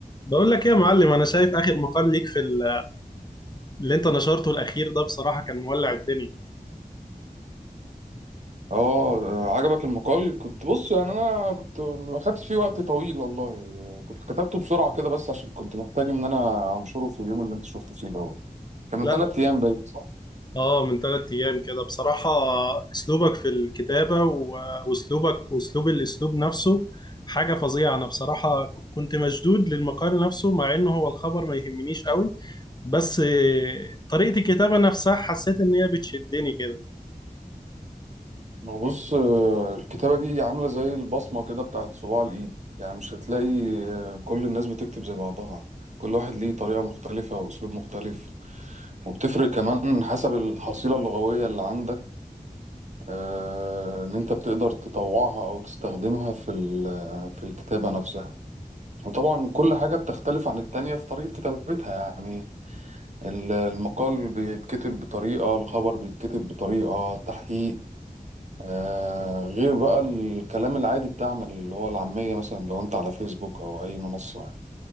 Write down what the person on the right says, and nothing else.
اه آه، عجبك المقال كنت بص يعني انا كنت ما خدتش فيه وقت طويل والله كنت كتبته بسرعه كده بس عشان كنت محتاج ان انا انشره في اليوم اللي انت شفته فيه دوت كان من
ثلاث
ايام باين صح
ما هو بص آه، الكتابه دي عامله زي البصمه كده بتاعت صباع الايد يعني مش هتلاقي آه، كل الناس بتكتب زي بعضها كل واحد ليه طريقه مختلفه واسلوب مختلف وبتفرق كمان حسب الحصيله اللغويه اللي عندك آه، ان انت بتقدر تطوعها او تستخدمها في ال- في الكتابة نفسها وطبعا كل حاجة بتختلف عن التانية في طريقة كتابتها يعني ال- المقال بيتكتب بطريقة الخبر بيتكتب بطريقة التحقيق آه غير بقى الكلام العادي بتاعنا اللي هو العامية مثلا لو انت على فيسبوك او اي منصة يعني